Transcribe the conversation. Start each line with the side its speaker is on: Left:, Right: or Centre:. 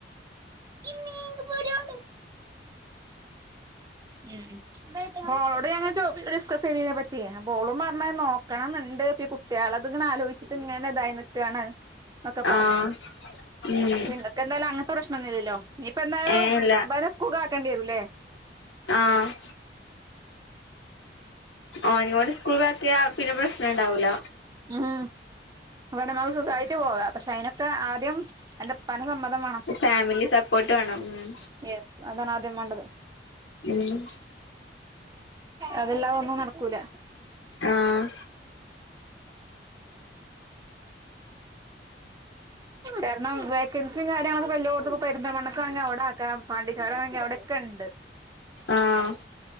Right: <unintelligible> ഉം പ്പ ഒളോട് ഞാൻ ചോ ഡിസ്കസ് ചെയ്തീനി. <unintelligible> ഓളും പറഞ്ഞത് നോക്കണം ന്ന്ണ്ട് ഇ കുട്ട്യാളത് ഇങ്ങനെ ആലോചിച്ചിട്ട് ഇങ്ങനെ ഇതായി നിക്കാണ്. ഒക്കെ പറഞ്
Left: ആഹ് ഉം
Right: ഇങ്ങക്ക് എന്തായാലും അങ്ങനത്തെ പ്രശ്നം ഒന്നും ഇല്ലല്ലോ? ഇനീപ്പ ന്തായാലും
Left: ഏഹ് ഇല്ല
Right: ഇമ്പനെ സ്കൂൾ ക്ക് ആക്കേണ്ടി വരും ല്ലേ?
Left: ആഹ് ഒനികോടി സ് സ്കൂൾ ചേർത്തിയാ പിന്നെ പ്രശ്നം ഇണ്ടാവൂല്ല.
Right: ഉം ഇബടെ ഇമ്മക്ക് സുഖായിട്ട് പോ വ പക്ഷെ അയിന ആദ്യം അന്റെ ഉപ്പാന്റെ സമ്മതം വാണം.
Left: ഫാമിലി സപ്പോർട്ട് വേണം ഉ
Right: യെസ് അതാണ് ആദ്യം മാണ്ടത്.
Left: ഉം
Right: അതല്ലാതെ ഒന്നും നടക്കൂല.
Left: ആഹ
Right: കാരണം കിൻസും കാര്യങ്ങളൊക്കെ ഇപ്പ എല്ലോട്ത്ത്ക്കും പെരുന്തമണക്കാണെങ്കിൽ അവിടെ ആക്കാം പാണ്ടിക്കാടാണെങ്കി അവിടെയൊക്കെണ്ട്.
Left: ആഹ